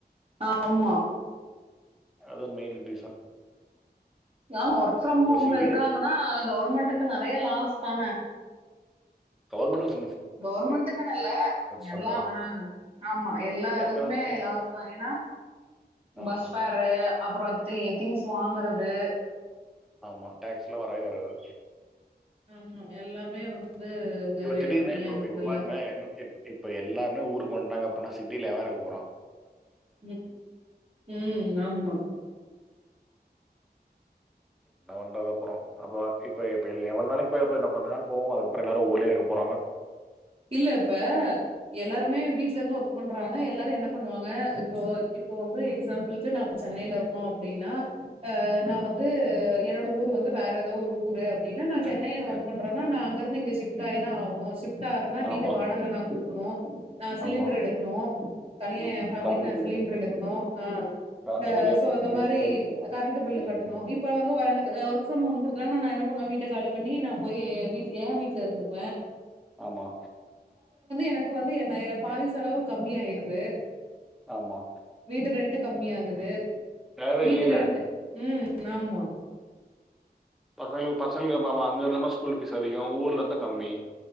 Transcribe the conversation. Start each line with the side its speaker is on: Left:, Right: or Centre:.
Right: ஆமா
Centre: அதும் மெயின் ரீசன்
Right: ஆமா ஒர்க் ஃப்ரம்
Centre: இப்ப
Right: ஹோம்ல
Centre: சிட்டில
Right: இருக்காங்கன்னா கவர்மெண்ட்டுக்கு நெறைய லாஸ் ஆனா
Centre: கவர்மெண்டு
Right: கவர்மெண்ட்டுக்கனல்ல
Centre: சொந்த
Right: எல்லா ஆ ஆமா எல்லாதுக்குமே
Centre: எக்கனாமிக்கே
Right: லாஸ் தா ஏன்னா
Centre: ஆமா.
Right: பஸ் ஃபேரு அப்புறோ தி திங்ஸ் வாங்கறது
Centre: ஆமா டாக்ஸ்லா வரவே வராது
Right: ஆமா எல்லாமே ஒரு கரு-
Centre: இப திடீர்னு
Right: கம்மியாகுதுல்ல
Centre: இப்ப இப பாருங்க எல் இப் இப்ப எல்லாருமே ஊருக் ஒண்டாங்கப்பனா சிட்டி ல எவெருக்கபோறா
Right: ம் ம் ஆம்மா
Centre: என்ன பண்றது அப்புறோ அப்ப இப்ப இப்ப எல்‌ எவ்வள் நாளைக் போயிருப்ப இன்ன கொஞ்சொ நாள் போவோ அதுக்கப்பறொ எல்லாரு ஊர்லயே இருக்க போறாங்க
Right: இல்ல இப்ப எல்லாருமே வீட்லருந்து ஒர்க் பண்றாங்கனா எல்லாரு என்ன பண்ணுவாங்க இப்போ இப்போ வந்து எக்ஸாம்பிள்க்கு நா அப்ப சென்னைலருக்கோ அப்டின்னா ஆ நா
Centre: ம்.
Right: வந்து எனோட ஊர் வந்து வேறெதோ ஒரு ஊரு இதா நா சென்னைல
Centre: ம்.
Right: ஒர்க்
Centre: ம்.
Right: பண்றேன்னா நா அங்கருந்து இங்க ஷிஃப்ட் ஆயிதா ஆவுனு சுத்தா இப்பென்னா வீட்டு
Centre: ஆமா.
Right: வாடக நா கு குனூ ஆ சிலிண்ட்ரு
Centre: ஆமா.
Right: எடுக்கணு தனியாஏ
Centre: ம்.
Right: ஃபேமிலிக்கு
Centre: கரண்ட்
Right: நா
Centre: பில்
Right: சிலிண்ட்ரு எடுக்கணு ஆ
Centre: கரண்ட்
Right: அ
Centre: பில்
Right: சோ அந்த மாரி கரண்ட்டு பில்லு
Centre: ம்.
Right: கட்டணு இப்ப வந்து ஒ த ஒர்க் ஃப்ரம் ஹோம் குடுத்தறாங்கனா நா என்ன பண்ண வீட்ட காலி பண்ணி நா போய் வீட் ஏ வீட்ல இருந்துக்வே
Centre: ஆமா
Right: னக்கு வந்து என்னை பாதி செலவு கம்மியாயிருது
Centre: ஆமா.
Right: வீட்டு ரெண்ட்டுக் கம்மியாகுது
Centre: தேவையே
Right: வீட்டு
Centre: இல்லைல.
Right: ரெண்ட்டு உம் ஆம்மா
Centre: பசங்ளு பசங்க அங்க என்னமோ ஸ்கூல் ஃபீஸ் அதிகொ ஊர்ல இருந்தா கம்மி